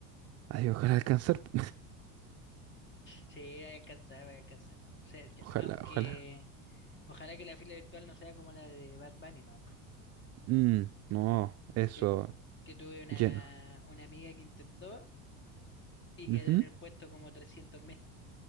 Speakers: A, on the right; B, on the left.
A: Ay, ojalá alcanzar. po.
B: sí, va a alcanzar, va a alcanzar. Se- ya-
A: <laughs> Ojalá,
B: aunque,
A: ojalá.
B: ojalá que la fila virtual no sea como la de Bad Bunny, ¿no? pues,
A: Mm, no, eso,
B: Que, que tuve una,
A: lleno.
B: una amiga que intentó y
A: Ujú.
B: quedó en el puesto como trescientos mil.